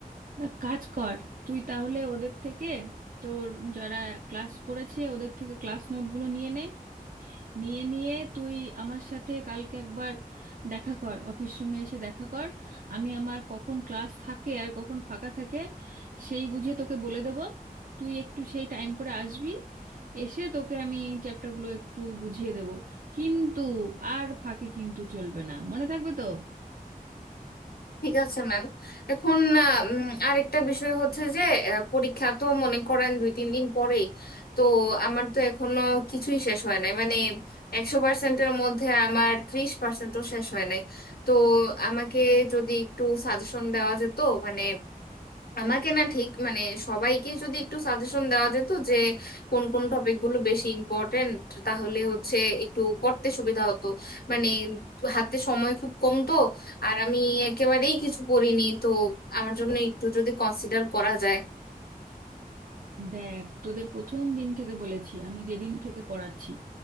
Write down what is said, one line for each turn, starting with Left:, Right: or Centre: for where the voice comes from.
Right: এক কাজ কর তুই তাহলে ওদের থেকে তোর যারা ক্লাস করেছে ওদের থেকে ক্লাস নোটগুলো নিয়ে নে নিয়ে নিয়ে তুই আমার সাথে কালকে একবার দেখা কর অফিস রুমে এসে দেখা কর আমি আমার কখন ক্লাস থাকে আর কখন ফাঁকা থাকে সেই বুঝে তোকে বলে দেব তুই একটু সেই টাইম করে আসবি এসে তোকে আমি চ্যাপ্টারগুলো একটু বুঝিয়ে দেব কিন্তু আর ফাঁকি কিন্তু চলবে না মনে থাকবে তো
Left: ঠিক আছে ম্যাম এখন আহ, উম, আরেকটা বিষয় হচ্ছে যে আহ, পরীক্ষা তো মনে করেন দুই তিন দিন পরেই তো আমার তো এখনো কিছুই শেষ হয় নাই মানে একশো পার্সেন্টের মধ্যে আমার ত্রিশ পার্সেন্টও শেষ হয় নাই তো আমাকে যদি একটু সাজেশন দেওয়া যেত মানে আমাকে না ঠিক মানে সবাইকে যদি একটু সাজেশন দেওয়া যেত যে কোন কোন টপিকগুলো বেশি ইম্পর্টেন্ট তাহলে হচ্ছে একটু পড়তে সুবিধা হতো মানে হাতে সময় খুব কম তো আর আমি একেবারেই কিছু পড়িনি তো আমার জন্য একটু যদি কনসিডার করা যায়
Right: দেখ তোদের প্রথম দিন থেকে বলেছি আমি যেদিন থেকে পড়াচ্ছি